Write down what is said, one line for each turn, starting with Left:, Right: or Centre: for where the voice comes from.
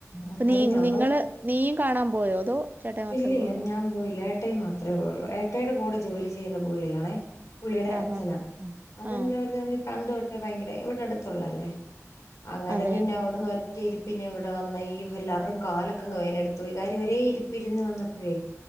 Right: അപ്പൊ
Left: അന്നേരം
Right: നീ
Left: ഞങ്ങൾ
Right: നിങ്ങള് നീയും കാണാൻ പോയോ അതോ ചേട്ടായി മാത്രേ
Left: ഇല്ലില്ല
Right: പോയൊള്ളൂ
Left: ഞാൻ പോയില്ല. ഏട്ടായി മാത്രേ പോയൊള്ളൂ ഏട്ടായിയുടെ കൂടെ ജോലി ചെയ്യുന്ന പുള്ളിയാണേ പുള്ളിയുടെ
Right: ആഹാ.
Left: അ ഛനാ <unintelligible>
Right: ആ. ആ
Left: പണ്ട് തൊട്ടേ ഭയങ്കര ഇവിടെ അടുത്തുള്ളല്ലേ അങ്ങനെ
Right: അതെ
Left: പിന്നെ
Right: അതെ.
Left: അവിടുന്ന് ഒറ്റ ഇരിപ്പി ഇവിടെ വന്ന ഈ ഹല്ലറും കാലക്കങ് വേന എടുത്ത്ു കാര്യം ഒരേ ഇരിപ്പി ഇരുന്ന് വന്നപ്പോഴേ